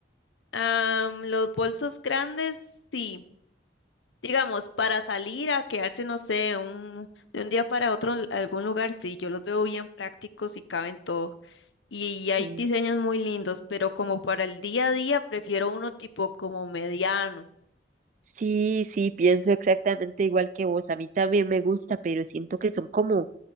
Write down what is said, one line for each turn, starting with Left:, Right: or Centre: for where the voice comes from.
Left: Am, los bolsos grandes, sí. Digamos, para salir a quedarse, no sé, un, de un día para otro en algún lugar, sí, yo los veo bien prácticos y caben todo. Y, hay
Right: Sí,
Left: diseños muy lindos, pero como para el día a día, prefiero uno tipo como mediano.
Right: sí, sí, pienso exactamente igual que vos. A mí también me gusta, pero siento que son como,